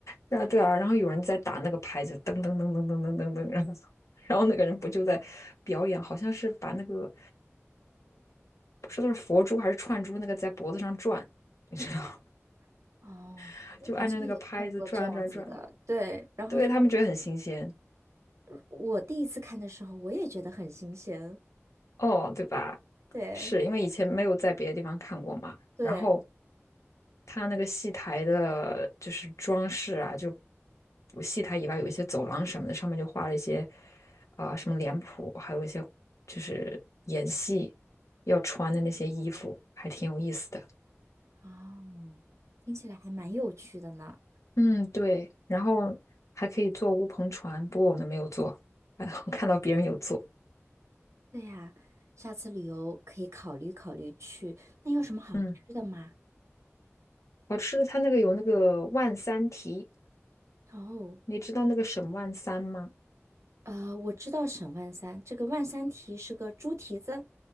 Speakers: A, on the left (about 80°); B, on the right (about 70°).
A: 对啊，对啊，然后有人在打那个拍子，噔噔噔噔噔噔噔噔，然后然后那个人不就在表演，好像是把那个不知道是佛珠还是串珠，那个在脖子上转，你知道，
B: <laughs> 哦，
A: <laughs>
B: 我好像也看过这样子的，
A: 就按照那个拍子转转转，
B: 对。然后就
A: 对他们觉得很新鲜
B: 我第一次看的时候，我也觉得很新鲜。
A: 哦，对吧？
B: 对
A: 是因为以前没有在别的地方看过嘛，
B: 对，
A: 然后它那个戏台的，就是装饰啊，就不戏台以外有一些走廊什么的，上面就画了一些啊、什么脸谱，还有一些就是演戏要穿的那些衣服，还挺有意思的。
B: 哦，听起来还蛮有趣的呢。
A: 嗯，对，然后还可以坐乌篷船，不过我们没有坐，<laughs> 我看到别人有坐。
B: 对呀，下次旅游可以考虑考虑去。那有什么好吃的吗？
A: 嗯，好吃的，它那个有那个万三蹄，
B: 哦，
A: 你知道那个沈万三吗？
B: 呃，我知道沈万三，这个万三蹄是个猪蹄子。